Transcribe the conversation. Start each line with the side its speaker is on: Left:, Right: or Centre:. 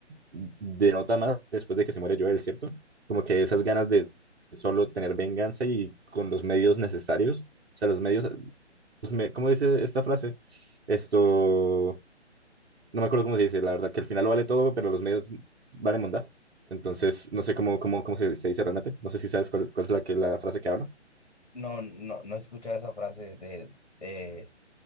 Right: denota más después de que se muere Joel, ¿cierto? Como que esas ganas de solo tener venganza y con los medios necesarios. O sea, los medios pues, me- ¿cómo dice esta frase? Esto, no me acuerdo cómo se dice, la verdad, que al final lo vale todo, pero los medios valen mondá. Entonces, no sé cómo, cómo, cómo se, se dice realmente, no sé si sabes cuál, cuál es la, que, la frase que hablo.
Left: No, no, no he escuchado esa frase de, eh,